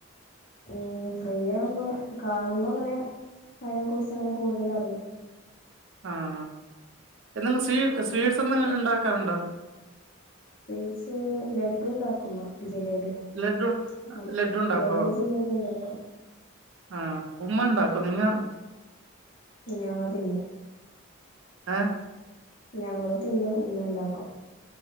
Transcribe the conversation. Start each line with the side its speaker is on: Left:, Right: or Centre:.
Left: ഉം ഫ്രീയാവുമ്പോ കാണുമ്പങ്ങനെ അതിനെ കുറിച്ച്ങ്ങനെ കൂടുതൽ അറിയും.
Right: ആഹ് ന്തെങ്കും സ്വീ സ്വീറ്റ്സ് എന്തെ ഉണ്ടാക്കാറുണ്ടോ.
Left: സ്വീറ്റ്സ് ലഡു ഉണ്ടാക്കുമ്മ ജിലേബിയോ.
Right: ലഡ്ഡു
Left: എൽ
Right: ലഡ്ഡു ഉണ്ടാക്കോ
Left: ലഡു ജിലേബിയുണ്ടാക്കും.
Right: ആഹ് ഉമ്മണ്ടാക്കൊ നിങ്ങ.
Left: ഞങ്ങതിന്നു.
Right: ആഹ്.
Left: ഞങ്ങള് തിന്നും ഉമ്മയുണ്ടാക്കും.